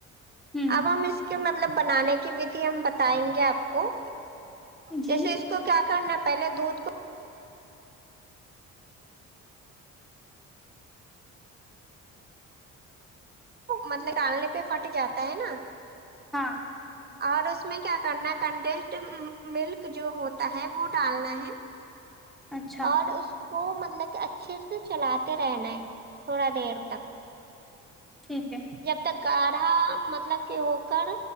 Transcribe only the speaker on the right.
اب ہم اس کے مطلب بنانے کی ودھی ہم بتائیں گے آپ کو جیسے
اس کو کیا کرنا پہلے دودھ کو مطلب کہ آلنے پہ پھٹ جاتا ہے نا
اور اس میں کیا کرنا کنڈینسڈ ملک جو ہوتا ہے وہ ڈالنا ہے
اور اس کو مطلب کہ اچھے سے چلاتے رہنا ہے تھوڑا دیر تک
جب تک گاڑھا مطلب کہ ہو کر